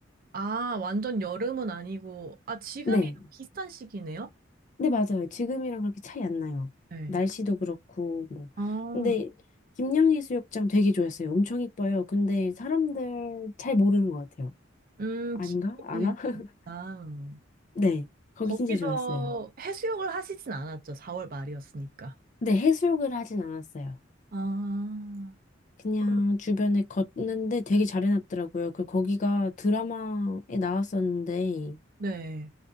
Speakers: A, on the right (about 45°); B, on the left (about 40°).
A: 아, 완전 여름은 아니고, 아, 지금이
B: 네.
A: 비슷한 시기네요?
B: 네, 맞아요. 지금이랑 그렇게 차이 안 나요.
A: 네.
B: 날씨도 그렇고, 뭐.
A: 아,
B: 근데, 김양해수욕장 되게 좋았어요. 엄청 이뻐요. 근데 사람들 잘 모르는 것 같아요.
A: 음,
B: 아닌가?
A: 기동이
B: 아나? <laughs>
A: 좋다.
B: 네. 거기
A: 거기서
B: 진짜 좋았어요.
A: 해수욕을 하시진 않았죠. 4월 말이었으니까.
B: 근데 해수욕을 하진 않았어요.
A: 아,
B: 그냥
A: 그럼-
B: 주변에 걷는데 되게 잘 해놨더라고요. 그, 거기가 드라마에 나왔었는데,
A: 네.